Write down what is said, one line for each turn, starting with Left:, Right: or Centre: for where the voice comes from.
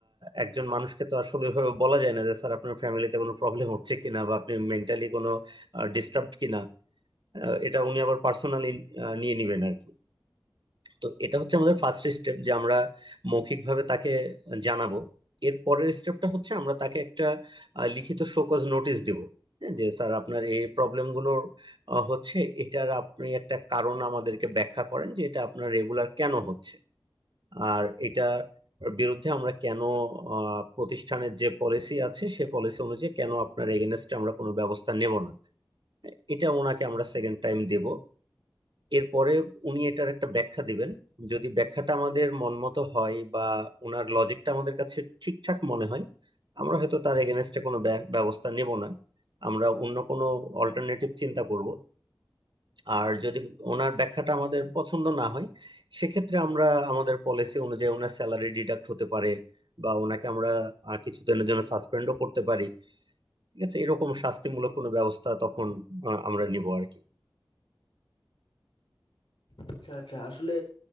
Right: একজন মানুষকে তো আসলে ওইভাবে বলা যায় না যে স্যার আপনার ফ্যামিলিতে কোনো প্রবলেম হচ্ছে কিনা বা আপনি মেন্টালি কোনো ডিস্টার্বড কিনা আহ, এটা উনি আবার পার্সোনালি নিয়ে নেবেন আর কি তো এটা হচ্ছে আমাদের ফার্স্ট স্টেপ যে আমরা মৌখিকভাবে তাকে জানাবো এর পরের স্টেপটা হচ্ছে আমরা তাকে একটা আহ, লিখিত শোকজ নোটিশ দেব হ্যাঁ, যে স্যার আপনার এই প্রবলেমগুলোর হচ্ছে এটার আপনি একটা কারণ আমাদেরকে ব্যাখ্যা করেন যে এটা আপনার রেগুলার কেন হচ্ছে আর এটা বিরুদ্ধে আমরা কেন আহ, প্রতিষ্ঠানের যে পলিসি আছে সে পলিসি অনুযায়ী কেন আপনার এগেনস্টে আমরা কোনো ব্যবস্থা নেব না এটা ওনাকে আমরা সেকেন্ড টাইম দেব এরপরে উনি এটার একটা ব্যাখ্যা দিবেন যদি ব্যাখ্যাটা আমাদের মনমতো হয় বা ওনার লজিকটা আমাদের কাছে ঠিকঠাক মনে হয় আমরা হয়তো তার এগেনস্টে কোনো ব্য- ব্যবস্থা নেব না আমরা অন্য কোনো অল্টারনেটিভ চিন্তা করব আর যদি ওনার ব্যাখ্যাটা আমাদের পছন্দ না হয় সেক্ষেত্রে আমরা আমাদের পলিসি অনুযায়ী ওনার স্যালারি ডিডাক্ট হতে পারে বা ওনাকে আমরা আহ, কিছুদিনের জন্য সাসপেন্ডও করতে পারি ঠিক আছে এরকম শাস্তিমূলক কোনো ব্যবস্থা তখন আহ, আমরা নিব আর কি
Left: আচ্ছা আচ্ছা আসলে